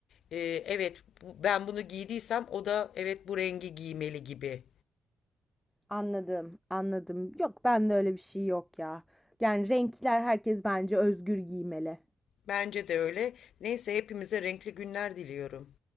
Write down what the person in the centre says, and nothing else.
Anladım, anladım. Yok, ben de öyle bir şey yok ya. Yani renkler herkes bence özgür giymeli.